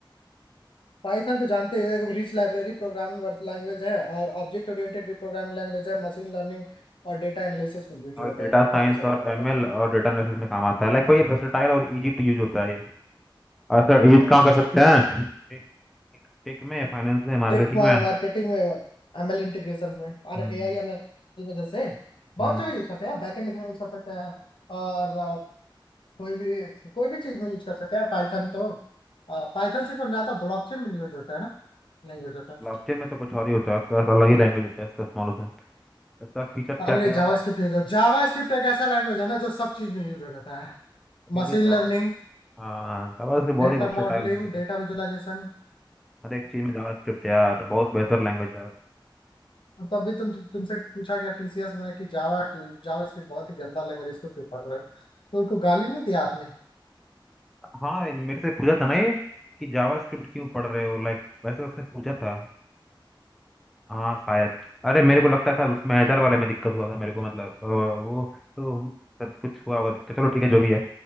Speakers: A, on the left; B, in the centre.
A: पाइथन तो जानते ही हो एक रिच लाइब्रेरी प्रोग्रामिंग लैंग्वेज है और ऑब्जेक्ट ओरिएंटेड भी प्रोग्रामिंग लैंग्वेज है मशीन लर्निंग और डेटा एनालिसिस में यूज
B: और
A: होता
B: डेटा
A: है इतना
B: साइंस
A: तो सबको
B: और
A: पता
B: एमएल
A: ही होता
B: और डेटा एनालिसिस में काम आता है लाइक वही वर्सेटाइल और इजी टू यूज होता है ये और सर
A: है
B: यूज कहाँ कर सकते हैं टेक टेक में फाइनेंस में मार्केटिंग
A: टेक
B: में
A: मार्केटिंग में एमएल इंटीग्रेशन में और
B: हम्म
A: एआई एमएल में जैसे बहुत
B: हम्म,
A: जगह यूज करते हैं बैकएंड लिखने में यूज कर सकते हैं और अ, कोई भी कोई भी चीज में यूज कर सकते हैं पाइथन तो पाइथन सिर्फ हम जानते हैं ब्लॉकचेन में नहीं यूज होता है ना नहीं यूज होता
B: ब्लॉकचेन में तो कुछ और ही होता है उसका अलग ही लैंग्वेज होता है इसका स्मॉल उसमें इसका फीचर्स
A: अरे
B: क्या
A: नहीं
B: क्या
A: जावा
B: है
A: स्क्रिप्ट यूज हो जावा स्क्रिप्ट एक ऐसा लैंग्वेज है ना जो सब चीज में यूज हो जाता है
B: क्योंकि
A: Machine
B: जावा
A: learning
B: हाँ जावा इसकी बहुत
A: data
B: ही वर्सेटाइल
A: modelling
B: लैंग्वेज
A: data
B: है
A: visualisation
B: हर एक चीज़ में जावा स्क्रिप्ट यार बहुत बेहतर लैंग्वेज है
A: तभी तुम तुमसे पूछा गया टीसीएस में कि जावा क्यों जावा स्क्रिप्ट बहुत ही गंदा लैंग्वेज इसको क्यों पढ़ रहे हो तो उनको गाली नहीं दिया आपने
B: हाँ मेरे से पूछा था ना ये कि जावा स्क्रिप्ट क्यों पढ़ रहे हो लाइक वैसे उसने पूछा था हाँ शायद अरे मेरे को लगता था उसमें एचआर वाले में दिक्कत हुआ था मेरे को मतलब अ, वो तो सब कुछ हुआ होगा दिक्कत चलो ठीक है जो भी है